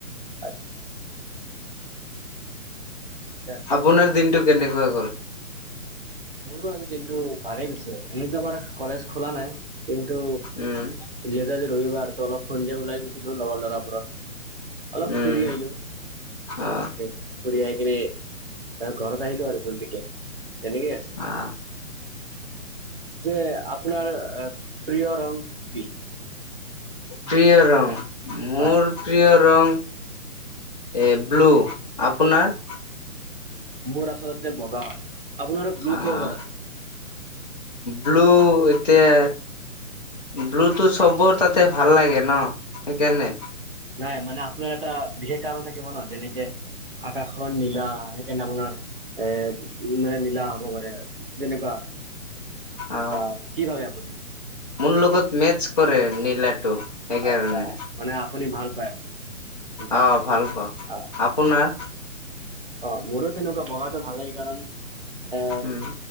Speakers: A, on the right; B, on the left.
A: আচ্ছা ঠিকে আছে তেনেহ'লে।
B: আপোনাৰ দিনটো কেনেকুৱা গ'ল।
A: মোৰো আজি দিনটো ভালেই গৈছে এনে তোমাৰ। কলেজ খোলা নাই কিন্তু
B: উম
A: যিহেতু আজি ৰবিবাৰ। অল সন্ধা ওলাই গৈছিলো লগৰ ল'ৰা। অলপ
B: উম
A: ফুৰি আহিলোঁ তেনেুৱাকে
B: অ
A: ফুৰি আহি। এনে তাৰ ঘৰত আহিলো আৰু জলদিকে তেনেকেই আছে।
B: অ
A: যে আপোনাৰ প্ৰিয় ৰং কি।
B: প্ৰিয় ৰং মোৰ
A: হয়
B: প্ৰিয়। ৰং এ ব্লু আপোনাৰ।
A: মোৰ আচলতে বগা হয় আপোনাৰ ব্লু
B: আহ
A: কিহৰ কাৰণে।
B: ব্লু এতিয়া। ব্লুটো চবৰ তাতে ভাল লাগে নহ সেইকাৰণে।
A: নাই মানে আপোনাৰ এটা বিশেষ কাৰণ থাকিব নহ যেনেকে। আকাশখন নীলা সেইকাৰণে আপোনাৰ। এ মানে নীলা হ'ব পাৰে তেনেকুৱা।
B: অ
A: বা কি ভাবে আপুনি।
B: মোৰ লগত মেচ কৰে নীলাটো। সেইকাৰণে
A: আচ্ছা মানে আপুনি ভাল পায় আৰু। উম,
B: অ ভাল পাওঁ
A: আ-
B: আপোনাৰ।
A: অ মোৰো তেনেকুৱা বগাটো ভাল লাগে কাৰণ এ
B: উম